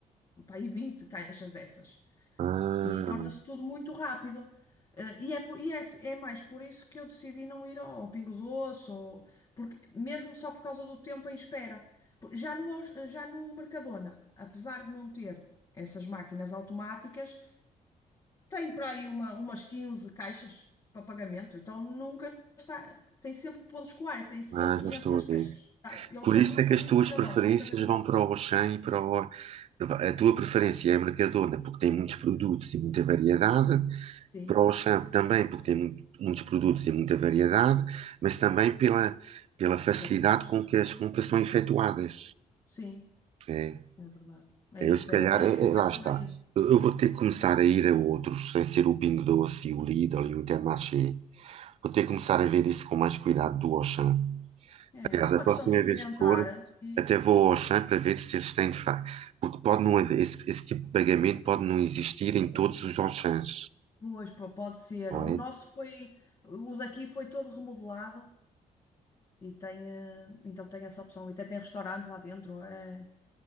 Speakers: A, on the left (about 30°); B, on the right (about 50°).
A: pá, aí 20 caixas dessas.
B: Ah,
A: E torna-se tudo muito rápido. Eh, e é, por- e é, é mais por isso que eu decidi não ir ao, ao Pingo Doce, ou, porque, mesmo só por causa do tempo em espera. Por- Já no, Aus- eh, já no Mercadona, apesar de não ter essas máquinas automáticas, tem para aí uma, umas 15 caixas para pagamento. Então nunca está. Tem sempre o ponto de escoar e tem sempre
B: ah, já
A: gente
B: estou
A: nas
B: a ver.
A: caixas. tá? Eles
B: Por
A: são
B: isso
A: muito,
B: é que as
A: muito
B: tuas
A: cuidadosos,
B: preferências
A: muito organizados.
B: vão para o Auchan e para o... A tua preferência é a Mercadona, porque tem muitos produtos e muita variedade.
A: Sim,
B: Para o Auchan também, porque tem mu- muitos produtos e muita variedade. Mas também pela, pela facilidade
A: pela rapidez.
B: com que as compras são efetuadas.
A: Sim,
B: É.
A: é verdade. É
B: Eu,
A: isso,
B: se calhar,
A: é
B: é,
A: é- é
B: é-
A: mais
B: lá está.
A: por aí.
B: Eu, eu vou ter que começar a ir a outros, sem ser o Pingo Doce, e o Lidl e o Intermarché. Vou ter que começar a ver isso com mais cuidado do Auchan.
A: É,
B: Aliás,
A: é uma
B: a próxima
A: questão de experimentar
B: vez que for,
A: e
B: até vou ao Auchan para ver se eles têm de facto. Porque pode
A: sim,
B: não haver, esse, esse tipo de pagamento pode não existir em todos os Auchans,
A: pois pô, pode ser.
B: não
A: O
B: é?
A: nosso foi, o daqui foi todo remodelado e tem, eh, então tem essa opção. E até tem restaurante lá dentro. É,